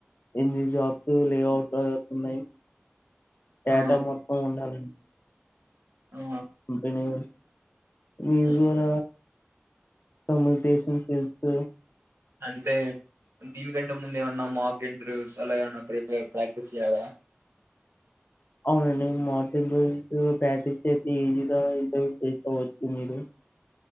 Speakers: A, on the left; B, on the right.
A: ఎన్ని జాబ్స్ లేఅవుట్ అవుతున్నాయి డట
B: ఆ!
A: మొత్తం ఉండాలని
B: ఆ!
A: కపని వ మీజల
B: హ్మ్.
A: కముకెషన్ స్కిల్స్
B: అంటే దీని గంటే ముందేమన్నాము ఇంటర్వ్యూస్ ఎలా ప్రిపేర్ ప్రాక్టీస్యడా
A: అవునండి మార్టిన్ రోజస్ ప్రాక్టీస్ చేస్త ఈజీగా ఇంటర్వ్యూ చేకోవచ్చు మీరు